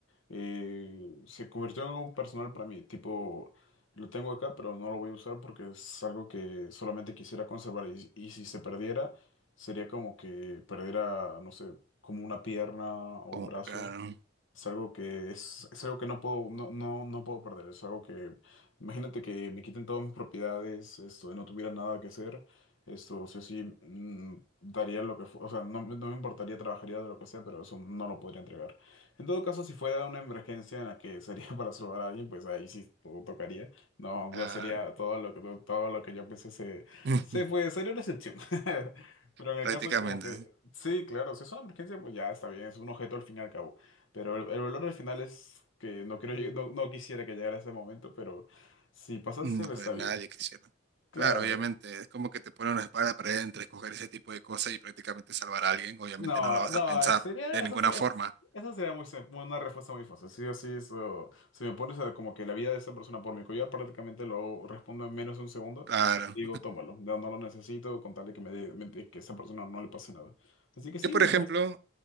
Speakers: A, on the left; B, on the right.
A: eh, se convirtió en algo personal para mí, tipo, lo tengo acá, pero no lo voy a usar porque es algo que solamente quisiera conservar y, y si se perdiera, sería como que perdiera, no sé, como una pierna o
B: como,
A: un brazo.
B: claro,
A: Es algo que es, es algo que no puedo, no, no, no puedo perder. Es algo que, imagínate que me quiten todas mis propiedades, esto, no tuviera nada que hacer, esto, sí o sí, mm, daría lo que, fu- o sea, no, me- no me importaría, trabajaría de lo que sea, pero eso no lo podría entregar. En todo caso, si fuera una emergencia en la que sería <laughs> para salvar a alguien, pues ahí sí to- tocaría. No,
B: claro.
A: ya sería todo lo que, todo lo que yo pensé se,
B: <laughs>
A: se fue, sería una excepción. <laughs> Pero en
B: Prácticamente.
A: el caso como que, sí, claro, si es una emergencia, pues ya está bien, es un objeto al fin y al cabo. Pero el, el valor al final es que no quiero, lleg- no, no quisiera que llegara ese momento, pero si pasase
B: Mm, Pues
A: está
B: nadie
A: bien.
B: quisiera.
A: Claro.
B: Claro, obviamente, es como que te ponen una espada para entre escoger ese tipo de cosas y prácticamente salvar a alguien. Obviamente
A: No,
B: no la vas
A: no,
B: a pensar
A: sería,
B: de ninguna
A: eso sería,
B: forma.
A: es- eso sería muy, sim- una respuesta muy fácil. Sí o sí, eso, si me pones a como que la vida de esa persona por mi collar, prácticamente lo respondo en menos de un segundo
B: Claro.
A: y digo, tómalo, no, no lo necesito con tal de que me dé- me dé- que a esa persona no le pase nada. Así que sí,
B: Yo, por
A: me
B: ejemplo,
A: parece.